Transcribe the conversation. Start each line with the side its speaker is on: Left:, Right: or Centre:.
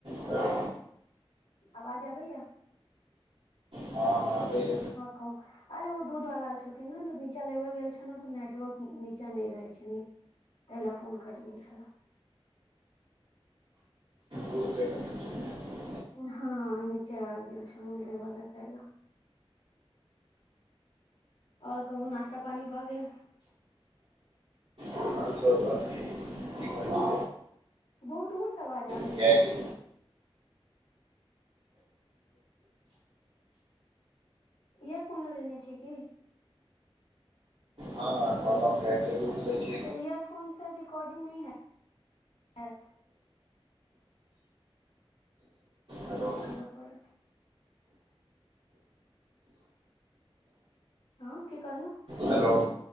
Right: हेलो
Left: आवाज आबैया
Right: हां हां आबैय।
Left: कहुंक अरे ओ दूध वला आयल छलखिन नेय तऽ नीचा लेबे गेल छलै तऽ नेटवर्क नीचा नैय रहै छै, न तैय ले फोन कट गेल छल।
Right: कोइ क <inaudible>
Left: हां नीचे आ गेल छलहुॅं, दूध वला तएह दूआरे और कहूँ नास्ता पानी भऽ गेल।
Right: अहाँ सब बात हे ठीक कहै
Left: बहुत दूरसे आवाज आब
Right: कियाकि
Left: ईयरफोन लगेने छियै की
Right: हां कहलै गाय के दुध लैय छी।
Left: तऽ ईयरफोन से रिकॉर्डिंग नै हे-हेत।
Right: हेलो
Left: करऽ पड़त। आहाँ के कहलौ।
Right: हेलो।